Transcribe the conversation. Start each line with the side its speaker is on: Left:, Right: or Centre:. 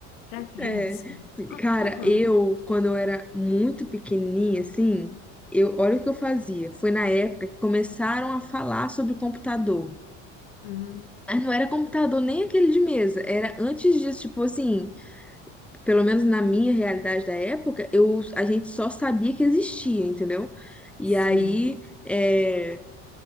Left: Pra que
Centre: É.
Left: isso?
Centre: Cara,
Left: Aham.
Centre: eu, quando eu era muito pequenininha, assim, eu, olha o que eu fazia. Foi na época que começaram a falar sobre computador.
Left: Hum,
Centre: Mas não era computador nem aquele de mesa. Era antes disso, tipo assim, pelo menos na minha realidade da época, eu, a gente só sabia que existia, entendeu? E
Left: sim.
Centre: aí, é,